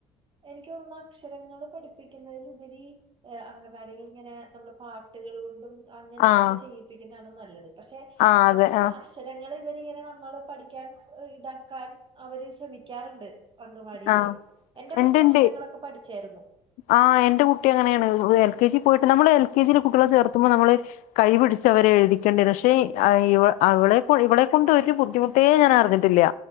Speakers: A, on the right; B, on the left.
A: എനിക്കൊന്നു അക്ഷരങ്ങള് പഠിപ്പിക്കുന്നതിലുപരി എ അംഗവാടിലിങ്ങനെ നമ്മള് പാട്ടുകളു കൊണ്ടും. അങ്ങനെയൊക്കെ
B: ആഹ്
A: ചെയ്യിപ്പിക്കുന്നതാണ് നല്ലത് പക്ഷെ
B: ആഹ്
A: പക്ഷെ.
B: അതെ ആഹ്
A: അക്ഷരങ്ങള് ഇവര് ഇങ്ങനെ നമ്മള് പഠിക്കാൻ ഇതാക്കാൻ അവര് ശ്രമിക്കാറുണ്ട്. അംഗൻവാടിയില്
B: ആഹ്
A: എന്റെ കുട്ടി
B: ഇണ്ട് ഇണ്ട്
A: അക്ഷരങ്ങളൊക്കെ പഠിച്ചായിരുന്നു.
B: ആഹ് എന്റെ കുട്ടി അങ്ങനെയാണ് എൽ കെ ജി പോയിട്ട് നമ്മള് എൽ കെ ജി ലെ കുട്ടികളെ ചേർത്തുമ്പോ നമ്മള്. കൈ പിടിച്ച് അവരെ എഴുതിക്കേണ്ടി വരും, പക്ഷെ ആഹ് ഇവൾ അവളെ കൊ ഇവളെ കൊണ്ട് ഒരു ബുദ്ധിമു ട്ടെ ഞാൻ അറിഞ്ഞിട്ടില്ല,